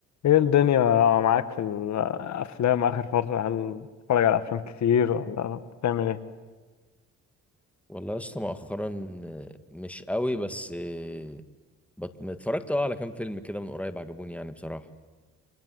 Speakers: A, on the left (about 65°); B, in the centre.
A: ايه الدنيا معاك في الافلام اخر فترة هل بتتفرج على افلام كتير ولا بتعمل ايه
B: والله يا اسطى مؤخرا آه، مش قوي بس آه، بت- اتفرجت اه على كام فيلم كده من قريب عجبوني يعني بصراحة